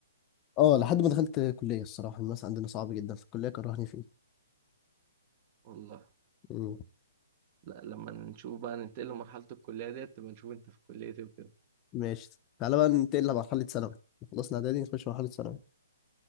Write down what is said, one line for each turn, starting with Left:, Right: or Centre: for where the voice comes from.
Left: اه لحد ما دخلت كلية الصراحة الناس عندنا صعب جدا في الكلية كرهني
Right: والله
Left: فيه
Right: لا لما نشوف بقى ننتقل لمرحلة الكلية ديت تبقى نشوف أنت في كلية إيه وكده
Left: ماشي تعالى بقى ننتقل لمرحلة ثانوي خلصنا إعدادي نخش مرحلة ثانوي